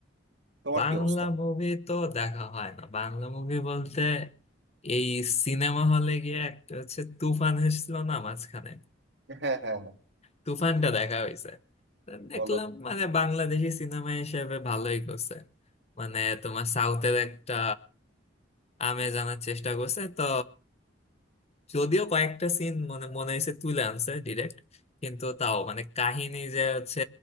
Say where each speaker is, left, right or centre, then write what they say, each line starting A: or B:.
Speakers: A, on the right; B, on the left.
A: তোমার
B: বাংলা
A: কি অবস্থা
B: মুভি তো দেখা হয় না বাংলা মুভি বলতে এই সিনেমা হলে গিয়ে একটা হচ্ছে তুফান এসেছিল না মাঝখানে
A: হ্যাঁ হ্যাঁ হ্যাঁ
B: তুফানটা দেখা হয়েছে তো দেখলাম
A: বলো
B: মানে বাংলাদেশি সিনেমা হিসেবে ভালোই করছে মানে তোমার সাউথের একটা আমেজ আনার চেষ্টা করছে তো যদিও কয়েকটা সিন মনে মনে হয়েছে তুলে আনছে ডিরেক্ট কিন্তু তাও মানে কাহিনী যে হচ্ছে